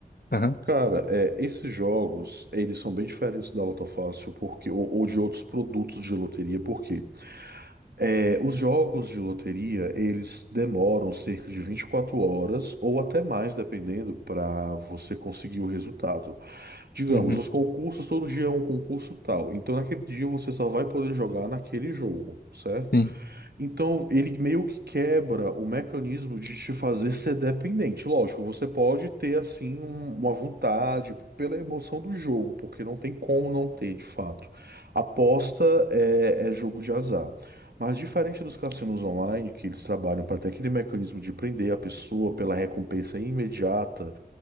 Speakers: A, on the left; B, on the right.
A: Aham.
B: cara, é, esses jogos, eles são bem diferentes da Loto Fácil porque, ou, ou de outros produtos de loteria, porque é, os jogos de loteria, eles demoram cerca de 24 horas ou até mais, dependendo, para você conseguir o resultado. Digamos,
A: Uhum.
B: os concursos, todo dia é um concurso tal. Então, naquele dia, você só vai poder jogar naquele jogo, certo?
A: Sim.
B: Então, ele meio que quebra o mecanismo de te fazer ser dependente. Lógico, você pode ter, assim, um- uma vontade pela emoção do jogo, porque não tem como não ter, de fato. Aposta é, é jogo de azar. Mas diferente dos cassinos online, que eles trabalham para ter aquele mecanismo de prender a pessoa pela recompensa imediata,